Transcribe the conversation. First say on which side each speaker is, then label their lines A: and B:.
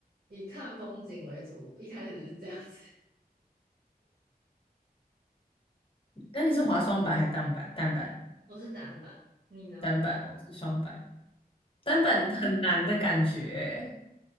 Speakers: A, on the right; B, on the left.
A: 以看风景为主，一开始是这样子。
B: 那你是滑双板还是单板？单板，
A: <laughs> 我是单板，你呢？
B: 单板哦，我是双板。单板很难的感觉欸